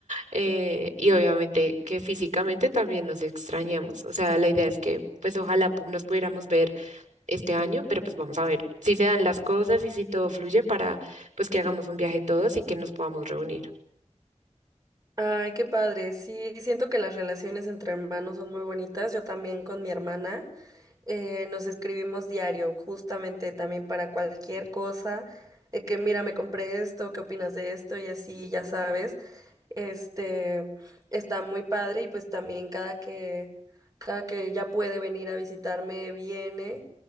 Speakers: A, on the right (about 85°); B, on the right (about 30°).
A: eh, y obviamente que físicamente también nos extrañamos. O sea, la idea es que pues ojalá pu- nos pudiéramos ver este año, pero pues vamos a ver si se dan las cosas y si todo fluye para pues que hagamos un viaje todos y que nos podamos reunir.
B: Ay, qué padre. Sí, siento que las relaciones entre hermanos son muy bonitas. Yo también con mi hermana eh, nos escribimos diario, justamente también para cualquier cosa, de que mira, me compré esto, ¿qué opinas de esto? Y así, ya sabes, este está muy padre y pues también cada que cada que ya puede venir a visitarme, viene.